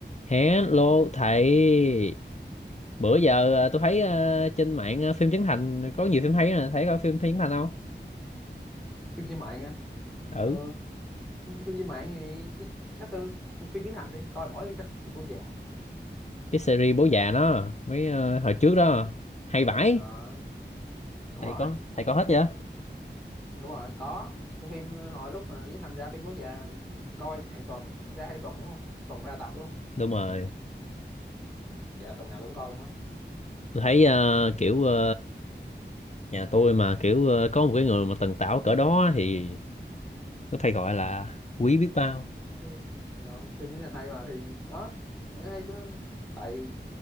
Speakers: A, on the left; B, in the centre.
A: Hello thầy bữa giờ ờ, tôi thấy ờ, trên mạng ờ, phim Trấn Thành có nhiều phim hay nè thấy coi phim Trấn Thành không
B: phim trên mạng á
A: ừ
B: ừ, phim trên mạng thì chứ- chắc tôi phim tiếng Thành đi coi mỗi chắc phim bố già
A: cái series bố già nó mấy ờ, hồi trước đó hay vãi
B: Ờ, đúng
A: thầy
B: rồi
A: có thầy có hết chưa
B: đúng rồi có cái phim hồi lúc mà Tiến Thành ra phim bố già coi hàng tuần ra hai tuần đúng không Một tuần ra tập đúng không
A: đúng rồi
B: dạ tuần nào tôi cũng coi luôn á
A: tôi thấy ờ, kiểu ờ, nhà tôi mà kiểu ờ, có một cái người mà tần tảo cỡ đó thì tôi phải gọi là quý biết bao
B: <laughs> Đâu, phim Tiến Thành hay mà thì đó hay đó. tại